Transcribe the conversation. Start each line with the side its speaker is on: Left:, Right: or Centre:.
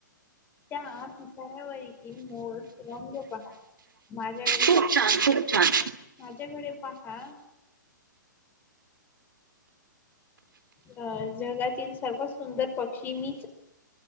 Left: त्या पिसाऱ्यावरील मोळ रंग पहा माझ्याकडे
Right: खूप छान खूप छान
Left: माझ्याकडे पहा माझ जगातील सर्वात सुंदर पक्षी मी